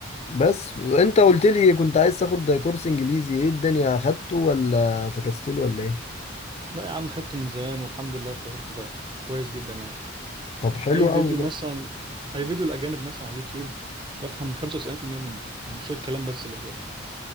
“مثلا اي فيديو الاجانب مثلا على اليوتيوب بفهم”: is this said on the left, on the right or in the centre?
Right